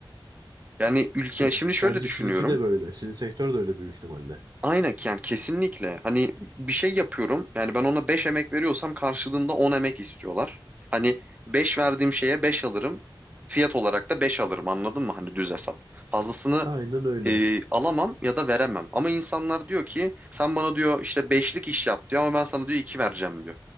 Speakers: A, on the right; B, on the right.
A: Yani ülke
B: Hani
A: şimdi şöyle
B: bence
A: düşünüyorum.
B: sizinki de böyle. Sizin sektör de öyle büyük ihtimalle.
A: Aynen yani kesinlikle. Hani bir şey yapıyorum. Yani ben ona 5 emek veriyorsam karşılığında 10 emek istiyorlar. Hani 5 verdiğim şeye 5 alırım. Fiyat olarak da 5 alırım anladın mı? Hani düz hesap. Fazlasını
B: Aynen öyle.
A: e, alamam ya da veremem. Ama insanlar diyor ki sen bana diyor işte beşlik iş yap diyor ama ben sana diyor 2 vereceğim diyor.